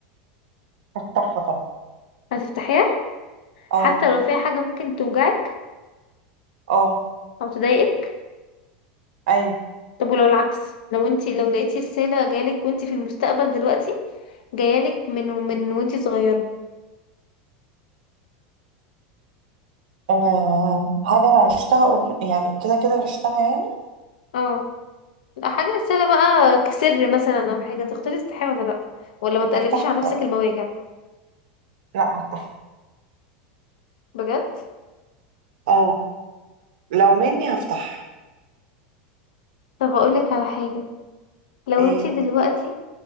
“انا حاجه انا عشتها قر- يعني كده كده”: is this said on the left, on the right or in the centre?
Right